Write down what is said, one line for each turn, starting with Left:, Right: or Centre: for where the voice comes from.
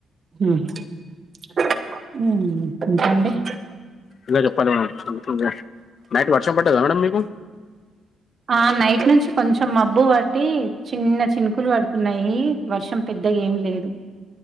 Right: ఉహు
Left: ఇలా చెప్పాలి మే నైట్ వర్షం పట్టదా మేడం మీకు
Right: ఆ నైట్ నుంచి కొంచెం మబ్బు పట్టి చిన్న చినుకులు పడుతున్నాయి వర్షం పెద్దగా ఏం లేదు